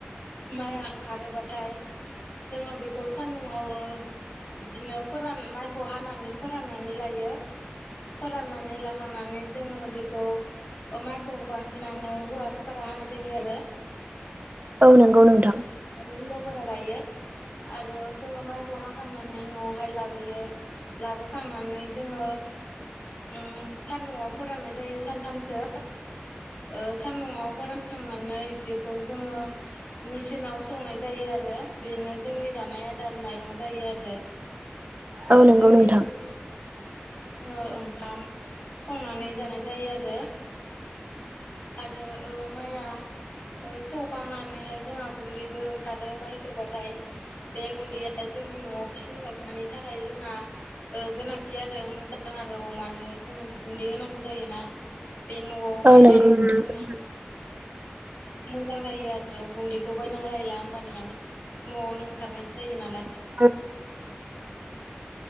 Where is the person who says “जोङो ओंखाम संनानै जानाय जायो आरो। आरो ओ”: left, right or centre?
Left